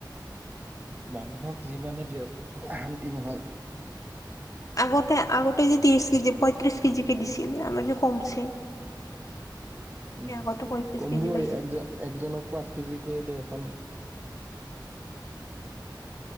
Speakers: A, on the right; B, on the left.
A: মানুহক যিমানে দিয়ক শান্তি নহয়।
B: আগতে আগতে যে ত্ৰিশ কেজি পঁয়ত্ৰিশ কেজি কে দিছিল আমাৰ যে কমছে। আমি
A: উম,
B: আগতে পঁয়ত্ৰিশ
A: কমবই
B: কেজি পাইছিলো
A: এক একজনক পাঁচ কেজি কৰি দে এখন।